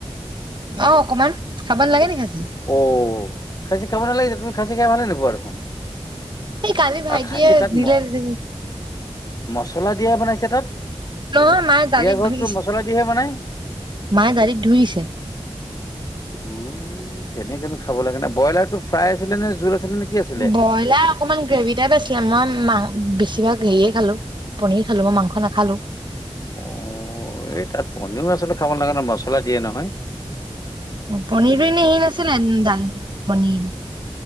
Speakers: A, on the right; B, on the left.
A: অ অকমান খাব নালাগে নি খাচী
B: অ খাচী খাব নালাগিছিল, তুমি খাচী খাই ভালে নোপোৱা দেখোন
A: এই কালি ভাইটিয়ে
B: আৰু খাচী তাত
A: দিলে
B: ম
A: যেন
B: মছলা দিয়াই বনাইছে তাত।
A: নহয় মায়ে দালিত
B: বিয়া ঘৰততো
A: ধুই দিছে,
B: মছলা দিহে বনাই
A: মায়ে দালিত ধুই দিছে।
B: অ তেনেকেনো খাব লাগে নে, ব্ৰ‌ইলাটো ফ্ৰাই আছিল নে জোল আছিলে নে। কি আছিলে?
A: ব্ৰইলাৰ অকণমান গ্ৰেভি টাইপ আছিলে মই মা বেছিভাগ হেৰিয়ে খালো পনীৰ খালো মই মাংস নাখালো।
B: অ এই তাত পনিৰও আচলতে খাব নেলাগে নহয় মচলা দিয়ে নহয়।
A: পনিৰো
B: উম,
A: এনেহি নাছিলে দাল পনিৰ।